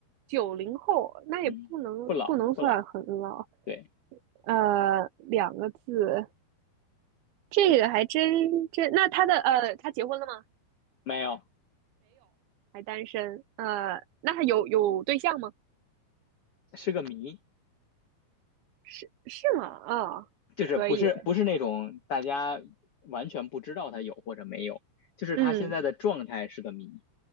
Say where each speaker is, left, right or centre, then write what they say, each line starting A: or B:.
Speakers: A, on the right (about 75°); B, on the left (about 75°).
A: 九零后，那也不能不能算很老。
B: 嗯，不老不老，对，
A: 呃，两个字，这个还真真。那他的呃，他结婚了吗？
B: 没有。
A: 还单身？呃，那他有有对象吗？
B: 是个谜，
A: 是是吗？啊、
B: 就是不是不是那种大家完全不知道他有或者没有，
A: 可以。
B: 就是他现在的状态是个谜，
A: 嗯，